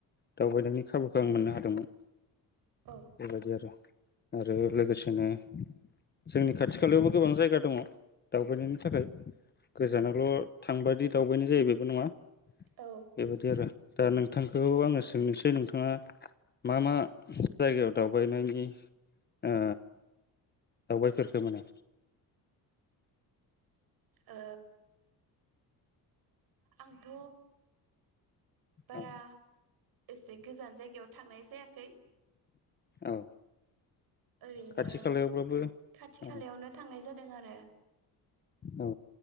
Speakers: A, on the left (about 25°); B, on the right (about 70°).
A: दावबायनायनि खाबुखौ आं मोननो हादोंमोन
B: औ
A: लागै आरो आरो लोगोसेनो जोंनि खाथि खालायावबो गोबां जायगा दङ दावबायनायनि थाखाय गोजानावाल थांबादि दावबायनाय जायो बेबो नङा
B: औ ओ
A: बेबायदि आरो दा नोंथांखौ आङो सोंनोसै नोंथाङा मा मा जायगायाव दावबायनायनि ओ दावबायफोरखौ माने
B: ओ आंथ' बारा
A: औ
B: एसे गोजान जायगायाव थांनाय जायाखै
A: औ
B: ओरैनो
A: खाथि खालायावब्लाबो औ
B: खाथि खालायावनो थांनाय जादों आरो
A: औ